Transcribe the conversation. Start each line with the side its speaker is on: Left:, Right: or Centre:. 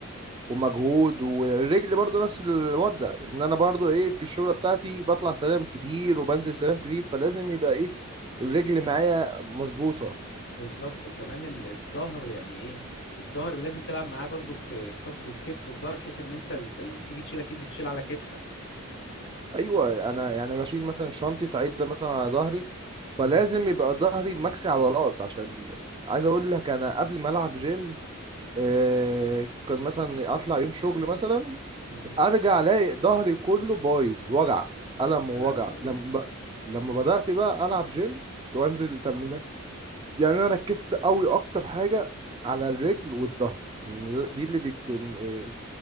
Right: ومجهود والرجل برضو نفس الوضع ان انا برضو ايه في الشغله بتاعتي بطلع سلام كتير وبنزل سلام كتير فلازم يبقى ايه الرجل معايا مظبوطه
Left: بالظبط وكمان ال- الظهر يعني ايه الظهر لازم تلعب معاه برضو بت... بتاخد الكتف والظهر بحيث ان انت لما تيجي تشيل اكيد بتشيل على كتفك
Right: ايوه انا يعني بشيل مثلا شنطه عده مثلا على ظهري فلازم
Left: امم
Right: يبقى ظهري مكسي عضلات عشان عايز اقول لك انا قبل ما العب جيم آه، كان مثلا اطلع يوم شغل مثلا
Left: امم
Right: ارجع الاقي ظهري كله بايظ وجع الم
Left: يا
Right: ووجع
Left: لهوي
Right: لما لما بدات بقى العب جيم وانزل تمرينات يعني انا ركزت قوي اكتر حاجه على الرجل والظهر يعني ده- دي اللي بت آه،